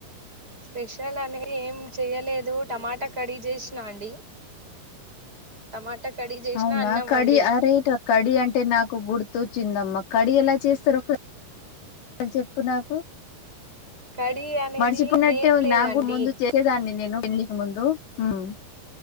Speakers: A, on the right; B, on the left.
A: స్పెషల్ అనేది ఏం చెయలేదు టమాటా కడి చేసినా అండి టమాటా కర్రీ చేసినా
B: అవునా
A: అన్నం
B: కడి
A: వండినా
B: అరిజ్ కడి అంటే నాక్ గుర్తుచ్చిందమ్మా కడి ఎలా చేస్తారు ఒక చెప్పు నాకు
A: కర్రీ అనేది
B: మర్చిపున్నట్టే
A: ఏం లేదండి
B: నాక్ ముందు చేసేదాన్ని నేను పేళ్లికి ముందు ఉమ్,